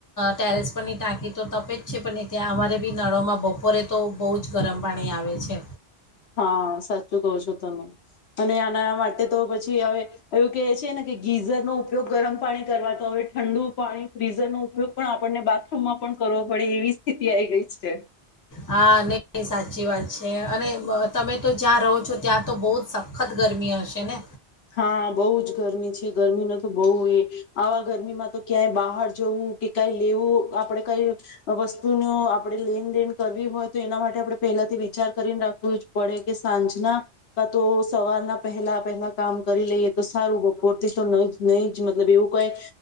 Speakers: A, on the left; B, on the left.
A: ટેરેસ પરની ટાંકી તો તપે જ છે પણહીં ત્યાં અમારે બી નળોમાં બપોરે તો બહુ જ ગરમ પાણી આવે છે.
B: હા સાચું કહો છો તમે અને આના માટે તો પછી હવે એવું ક છે ને કે ગીઝરનો ઉપયોગ ગરમ પાણી કરવા તો હવે ઠંડુ પાણી ફ્રીઝરનો ઉપયોગ પણ આપણને બાથરૂમમાં પણ કરવો પડે એવી સ્થિતિ આ ગઈ છે.
A: હા નને સાચી વાત છે અને તમે તો જ્યાં રહો છો ત્યાં તો બહુ જ સખત ગરમી હશે ને
B: હા બહુ જ ગરમી છે ગરમી ન તો બહઉ એ આવા ગરમીમાં તો ક્યાંય બહાર જવું કે કઈ લેવું આપડે કઈ વસ્તુ ન આપણે લેનદેન કરવી હોય તો એના માટે આપણે પહેલાથી વિચાર કરીને રાખવું જ પડે કે સાંજના કા તો સવારના પહેલા પહેલા કામ કરી લઈએ તો સારું બપોર થી તો ન નહી જ મતલબ એવું કઈ